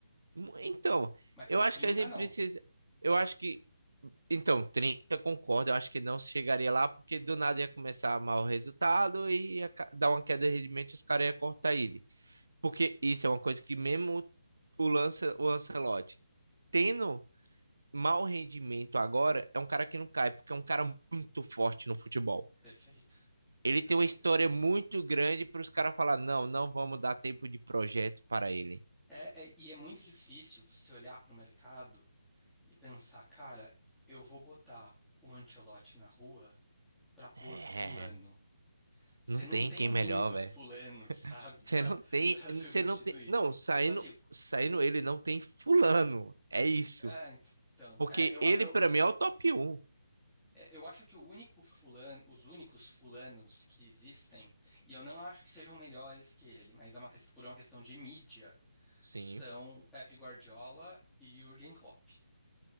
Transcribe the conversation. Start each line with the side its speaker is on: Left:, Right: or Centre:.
Right: Mu- Então,
Centre: Mas
Right: eu
Centre: para
Right: acho
Centre: 30
Right: que a gente
Centre: não.
Right: precisa. Eu acho que. Então, 30 concordo, eu acho que não chegaria lá, porque do nada ia começar a mal o resultado e ia ca- dar uma queda de rendimento e os caras iam cortar ele. Porque isso é uma coisa que mesmo o Lance, o Ancelotti tendo mau rendimento agora, é um cara que não cai, porque é um cara muito forte no futebol.
Centre: Perfeito.
Right: ele
Centre: Perfeito.
Right: tem uma história muito grande para os caras falar, não, não vamos dar tempo de projeto para ele.
Centre: É, é- e é muito difícil você olhar para o mercado e pensar, cara, eu vou botar o Ancelotti na rua para pôr
Right: É,
Centre: fulano. Você
Right: não tem
Centre: não tem
Right: quem
Centre: muitos
Right: melhor, velho.
Centre: fulanos, sabe,
Right: Você
Centre: <laughs> para
Right: não tem,
Centre: para substituir.
Right: você não tem, não, saindo,
Centre: Então, assim, o
Right: saindo
Centre: ca-
Right: ele não tem fulano. É isso.
Centre: é, então, então,
Right: Porque
Centre: é, eu,
Right: ele
Centre: eu,
Right: para mim é o top um.
Centre: É, Eu acho que o único fulano, os únicos fulanos que existem, e eu não acho que sejam melhores que ele, mas é uma questão, por uma questão de mídia,
Right: Sim.
Centre: são Pep Guardiola e Jürgen Klopp.